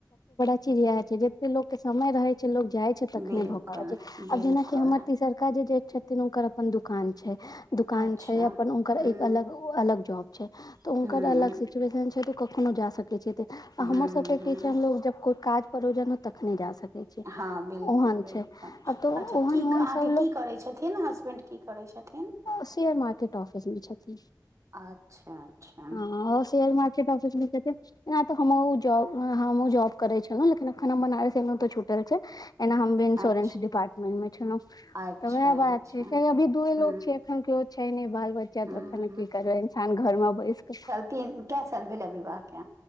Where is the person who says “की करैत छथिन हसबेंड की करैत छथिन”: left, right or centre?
Right